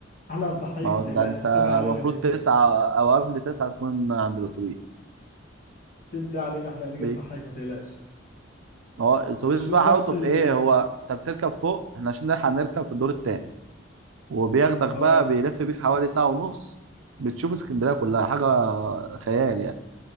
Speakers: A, on the left (about 40°); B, on the right (about 75°).
A: احنا هنصحيك
B: ما هو
A: ما تقلقش
B: ده انت
A: سيبها علينا
B: المفروض
A: دي
B: تسعة او قبل تسعة تكون عند الاتوبيس
A: سيب ده علينا احنا هنيجي
B: ليه؟
A: نصحيك ما تقلقش
B: ما هو الاتوبيس
A: شوف
B: بقى
A: بس
B: حلاوته
A: ال
B: في ايه هو انت بتركب فوق احنا عشان نلحق نركب في الدور التاني وبياخدك
A: اه
B: بقى بيلف بيك حوالي ساعة ونص بتشوف اسكندرية كلها حاجة خيال يعني